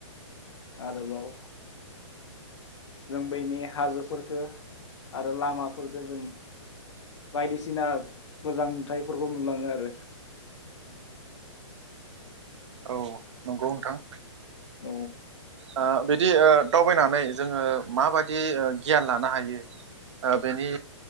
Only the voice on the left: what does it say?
आरोबाव जों बेनि हाजोफोरफोरखौ आरो लामा फोरखो जों बायदिसिना मोजां नुथाइफोरखौ नुलाङो आरो
औ